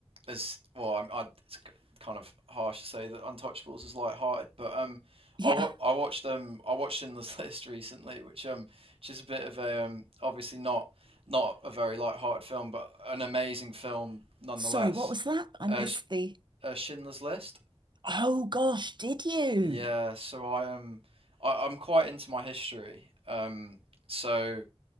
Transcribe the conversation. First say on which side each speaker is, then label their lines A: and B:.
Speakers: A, on the right (about 65°); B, on the right (about 50°).
A: as well. I'm, I, it's k- kind of harsh to say that Untouchables is light-hearted, but um,
B: Yeah,
A: I wa I watched um I watched Schindler's <laughs> List recently, which um which is a bit of a um obviously not not a very light-hearted film, but an amazing film nonetheless.
B: Sorry, what was that? I
A: Uh,
B: missed
A: Sh-
B: the.
A: uh, Schindler's List.
B: Oh gosh, did you?
A: Yeah, so I am I, I'm quite into my history. Um, so